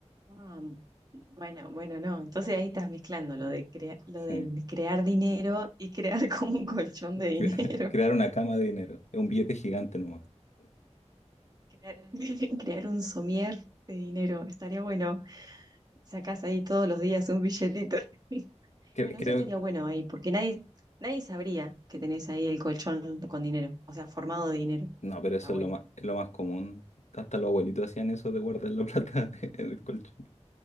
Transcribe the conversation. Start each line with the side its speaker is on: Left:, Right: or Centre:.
Right: Ah, bueno, bueno, no. Entonces ahí estás mezclando lo de crea- lo del
Left: Sí.
Right: crear dinero y crear <laughs> como un colchón de dinero.
Left: Cre- <laughs> crear una cama de dinero. Es un billete gigante nomás.
Right: Crear, <laughs> crear un somier de dinero. Estaría bueno. Sacás ahí todos los días un billetito. <laughs>
Left: Cre-
Right: Bueno,
Left: creo,
Right: eso estaría bueno ahí, porque nadie, nadie sabría que tenés ahí el colchón con dinero, o sea, formado de dinero.
Left: no, pero
Right: Está
Left: eso
Right: bueno.
Left: es lo más, es lo más común. Hasta los abuelitos hacían eso de guardar la <laughs> plata en el colchón.